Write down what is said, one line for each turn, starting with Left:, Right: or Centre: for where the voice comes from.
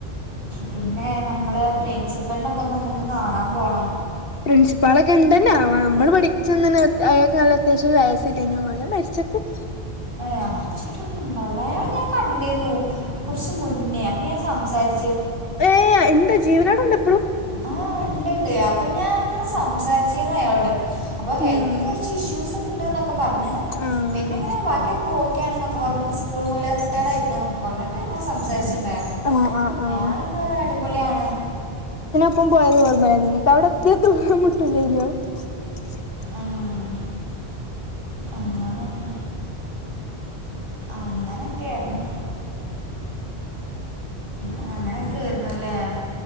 Right: പിന്നെ നമ്മള് പ്രിൻസിപ്പളിനൊക്കെ ഒന്ന് നമുക്ക് കാണാം പോണം
Left: പ്രിൻസിപ്പാളൊക്കെ ഇണ്ടെന്നാവോ അമ്മള് പഠിച്ചെ അയാക്ക് നല്ല അത്യാവശ്യം വയസ്സില്ലേനിയോ വേണേ മരിച്ച് <unintelligible>
Right: ഏഹ് മരിച്ചിട്ടൊന്നും ഇണ്ടാവ അയാളെ ഞാൻ കണ്ടേയിന്നു കുറച്ച് മുന്നേ അപ്പം ഞാൻ സംസാരിച്ച്
Left: ഏ ഇണ്ട് ജീവനോടെ ഉണ്ടോ ഇപ്പളും?
Right: ആ ഉണ്ട് ഉണ്ട് അപ്പം ഞാനന്ന് സംസാരിച്ചരുന്നു അയാളോട് അപ്പൊ ഹെൽത്തിന്
Left: ആഹ്
Right: കൊറച്ച് ഇഷ്യൂസ് ഒക്കെ ഇണ്ട് ന്നൊക്കെ പറഞ്ഞ്
Left: ആണോ
Right: പിന്നെ എങ്ങനെ ബാക്കിയക്കെ ഓക്കെയാണ്ന്നൊക്കെ വന്നപ്പോ സ്കൂള് <unintelligible> റിട്ടയഡ് ആയി <unintelligible> പറഞ്ഞിട്ട് സംസാരിച്ച്ണ്ടായിരുന്നു
Left: ആഹ് ആഹ് ആഹ്
Right: അയാളൊക്കെ അടിപൊളിയാണ്
Left: !!!!!!!!!!
Right: ഉം അങ്ങനൊക്കെ അങ്ങനൊക്കെ ആയിരുന്നു ആ അങ്ങനൊക്കെ ആയിരുന്നു ഏഹ്